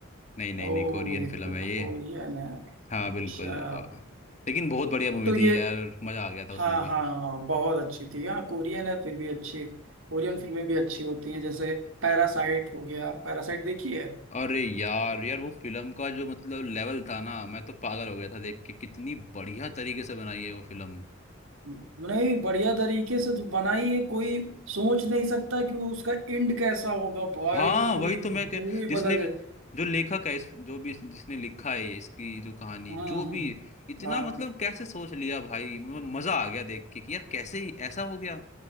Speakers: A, on the left; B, on the right.
A: नहीं नहीं
B: ओ
A: नहीं कोरियन
B: ये
A: फिल्म
B: को, कोरियन
A: है ये
B: है
A: हाँ
B: अच्छा
A: बिल्कुल अ, लेकिन बहुत बढ़िया मूवी
B: तो ये
A: थी यार मजा आ गया था उसमें
B: हाँ
A: भी
B: हाँ हाँ, बहुत अच्छी थी हाँ कोरियन है फिर भी अच्छी कोरियन फिल्में भी अच्छी होती हैं जैसे पैरासाइट हो गया पैरासाइट देखी है
A: अरे यार यार वो फिल्म का जो मतलब लेवल था ना मैं तो पागल हो गया था देख के कितनी बढ़िया तरीके से बनाई है वो फिल्म
B: नहीं बढ़िया तरीके से तो बनाई है कोई सोच नहीं सकता कि वो उसका एंड कैसा होगा भाई
A: हाँ
B: पूरी
A: वही तो मैं
B: मूवी
A: कह जिसने
B: बदल
A: भी
B: जाए
A: जो लेखक है इस जो भी इस- जिसने लिखा है इसकी जो कहानी
B: हाँ
A: जो भी इतना
B: हाँ
A: मतलब कैसे सोच लिया भाई म- मजा आ गया देख के कि यार कैसे ही ऐसा हो गया